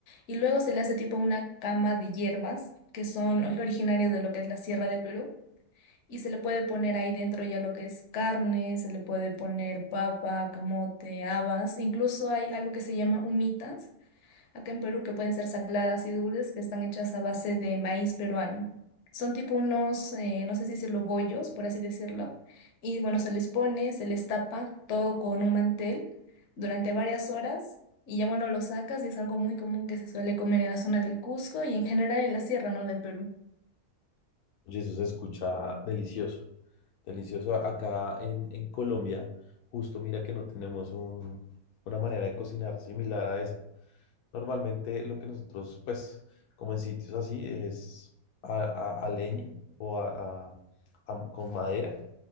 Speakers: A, on the left (about 55°); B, on the left (about 75°).
A: Y luego se le hace tipo una cama de hierbas, que son <laughs> ori- originarias de lo que es la Sierra del Perú, y se le puede poner ahí dentro ya lo que es carne, se le puede poner papa, camote, habas, incluso hay algo que se llama humitas acá en Perú que pueden ser saladas y dulces que están hechas a base de maíz peruano. Son tipo unos, eh, no sé si decirlo, bollos, por así decirlo. Y bueno, se les pone, se les tapa todo con un mantel durante varias horas y ya bueno, lo sacas y es algo muy común que se suele comer en la zona del Cusco y en general en la sierra, ¿no? Del Perú.
B: Oye, eso se escucha delicioso, delicioso. A- Acá en, en Colombia, justo mira que no tenemos un- una manera de cocinar similar a esa. Normalmente lo que nosotros, pues, como en sitios así, es a, a- a leña o a, a- a- con madera